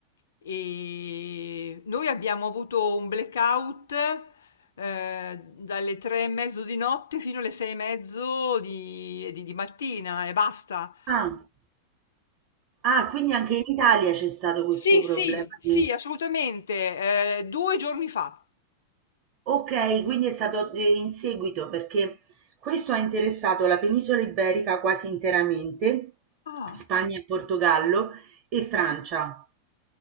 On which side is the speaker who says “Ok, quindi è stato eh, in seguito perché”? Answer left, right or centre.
Right